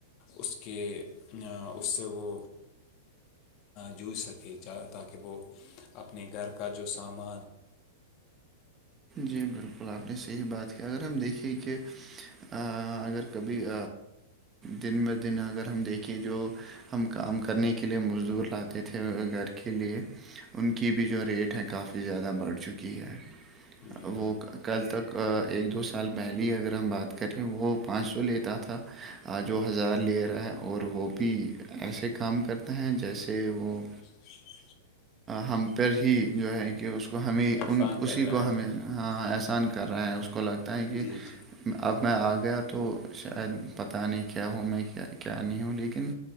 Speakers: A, on the left; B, on the right.
A: اس کے اس سے وہ جوجھ سکے تاکہ وہ اپنے گھر کا جو سامان
B: جی بالکل آپ نے صحیح بات کیا اگر ہم دیکھیں کہ ا اگر کبھیج دن ب دن اگر ہم دیکھیں جو ہم کام کرنے کے لیے مزدور رہتے تھے گھر کے لیے ان کی بھی جو ریٹ ہے کافی زیادہ بڑھ چکی ہے
A: جی
B: وہ
A: جی
B: کل تک ایک دو سال پہلے اگر ہم بات کریں وہ پانچ سو لیتا تھا جو ہزار ل رہا ہے اور وہ بھی ایسے کام کرتے ہیں جیسے وہ
A: <inaudible>
B: ہم پ ہی جو ہے کہ اس کو کو ہمیں
A: احسان
B: ان
A: کر
B: اسی
A: رہا
B: کو
A: ہے
B: ہمیں ہاں احسان کر رہے ہیں اس کو لگتا ہے کہ
A: جی جی
B: اب میں آ گیا تو شاید پتاہ نہیں کیا ہو میں کیا نہیں ہوں لیکن